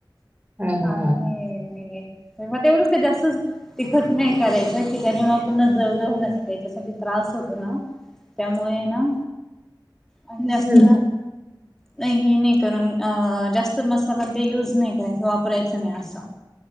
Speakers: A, on the right; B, in the centre.
A: हां, हां,
B: हा
A: हां,
B: हे
A: हां.
B: नाय आहे. म तेवढं का जास्त, तिखट नाही करायचं की ज्यानी म पुन्हा जळ- जळ <unintelligible> याच्यासाठी त्रास अस होत ना, त्यामुळे ना आणि नस्त
A: हं.
B: नाय हे नाय कारण अं जास्त मसाला ते युज नाही करायच वापरायचं नाही असं.